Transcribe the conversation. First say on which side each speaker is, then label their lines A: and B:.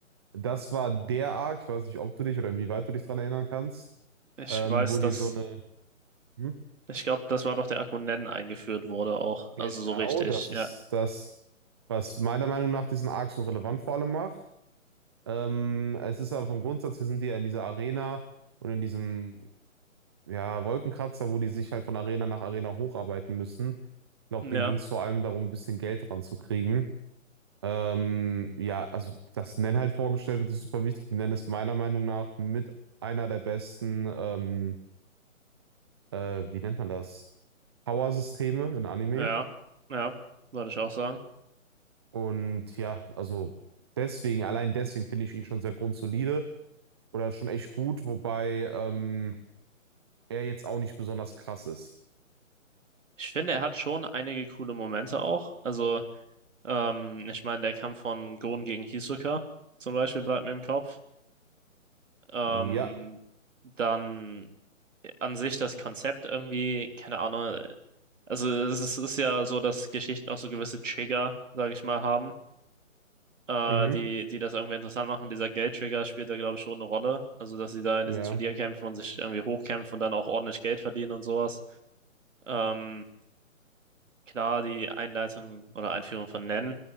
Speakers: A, on the right (about 20°); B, on the right (about 65°).
A: Das war der Arc, ich weiß nicht, ob du dich oder wie weit du dich dran erinnern kannst,
B: Ich
A: ähm,
B: weiß,
A: wo
B: dass,
A: die so eine. Hm?
B: ich glaube, das war doch der Akku eingeführt wurde auch.
A: Genau,
B: Also so richtig,
A: das
B: ja.
A: ist das, was meiner Meinung nach diesen Arc so relevant vor allem macht. Ähm, es ist aber vom Grundsatz her sind die ja in dieser Arena und in diesem, ja, Wolkenkratzer, wo die sich halt von Arena nach Arena hocharbeiten müssen. Ich glaube,
B: Ja,
A: denen ging es vor allem darum, ein bisschen Geld ranzukriegen. Ähm, ja, also dass Nen halt vorgestellt wird, ist super wichtig. Nen ist meiner Meinung nach mit einer der besten, ähm, äh, wie nennt man das? Power-Systeme in Anime.
B: ja, ja, würde ich auch sagen.
A: Und ja, also deswegen, allein deswegen finde ich ihn schon sehr grundsolide oder schon echt gut, wobei ähm, er jetzt auch nicht besonders krass ist.
B: Ich finde, er hat schon einige coole Momente auch. Also, ähm, ich meine, der Kampf von Gon gegen Hisoka zum Beispiel bleibt mir im Kopf. Ähm,
A: Ja,
B: dann an sich das Konzept irgendwie, keine Ahnung. Also, es ist, es ist ja so, dass Geschichten auch so gewisse Trigger, sage ich mal, haben. äh,
A: mhm,
B: die, die das irgendwie interessant machen. Dieser Geldtrigger spielt da, glaube ich, schon eine Rolle. Also, dass sie da in diesen
A: ja,
B: Turnierkämpfen und sich irgendwie hochkämpfen und dann auch ordentlich Geld verdienen und sowas. Ähm, klar, die Einleitung oder Einführung von Nen.